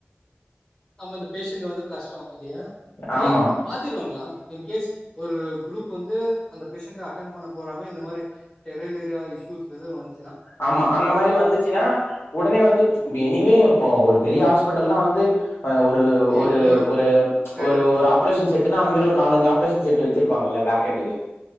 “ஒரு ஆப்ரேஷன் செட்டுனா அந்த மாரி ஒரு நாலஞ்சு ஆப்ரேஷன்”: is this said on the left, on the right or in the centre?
Left